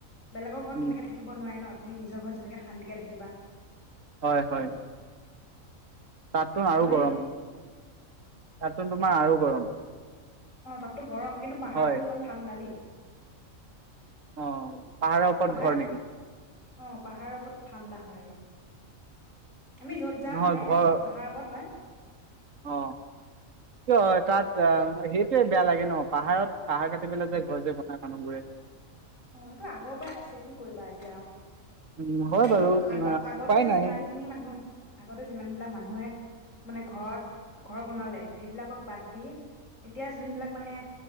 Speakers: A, on the left; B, on the right.
A: বেলেগৰ ঘৰত
B: উম।
A: তেনেকে থাকিব নোৱাৰে ন। তুমি নিজৰ ঘৰত যেনেকে শান্তিকে থাকিবা
B: হয় হয় তাকোন আৰু
A: আলহী
B: গৰম তাতো তোমাৰ আৰু গৰম
A: অ তাতো গৰম কিন্তু পাহাৰ
B: হয়।
A: ফালে অল ঠাণ্া দেই
B: অঁ পাহাৰৰ ওপৰত
A: পাহাৰত
B: ঘৰ লাগিল
A: অ পাহাৰৰ ওপৰত ঠাণ্ডা হয় অলপ আমি যত যাম
B: নহয়
A: মানে
B: ঘৰ
A: তাত পাহাৰ ওপৰত হয়
B: অ ক তাত সেই েই বেয়া লাগে ন পাহাৰত পাহাৰ কাটি পেলাই যে ঘৰ যে বনাই মানুহবোৰে
A: অ এইটো আগৰ পৰাই আছে কি কৰিবা এতিয়া
B: উম, হয়
A: কিন্তু
B: বাৰু উম,
A: আগ
B: আহ,
A: আগতে
B: উপায় নাই
A: যিমানখিনি মানুহ আগতে যিমান বিলাক মানুহে মানে ঘৰত ঘৰ বনালে সেইবিলাকক বাদ দি এতিয়া যোনবিলাক মানে